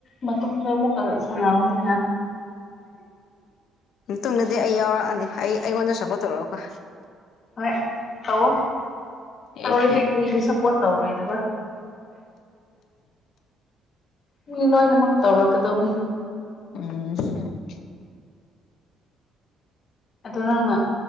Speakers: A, on the left; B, on the left.
A: ꯃꯇꯨꯡꯗ ꯑꯃꯨꯛ ꯁꯅꯥꯅꯤ
B: ꯇꯨꯡꯗꯗꯤ ꯑꯩ ꯌꯥꯎꯔꯛꯑꯅꯤ ꯑꯩꯉꯣꯟꯗ ꯁꯞꯄꯣꯔꯠ ꯇꯧꯔꯛꯒꯀꯣ
A: ꯍꯣꯏ ꯇꯧ
B: ꯑꯦ
A: ꯇꯧꯔꯗꯤ
B: ꯑꯦ
A: ꯀꯔꯤꯗꯤ ꯁꯞꯄꯣꯔꯠ ꯇꯧꯔꯣꯏꯗꯕ ꯃꯤ ꯂꯣꯏꯅꯃꯛ ꯇꯧꯔꯛꯀꯗꯧꯅꯤ
B: ꯎꯝ
A: ꯑꯗꯨ ꯅꯪꯅ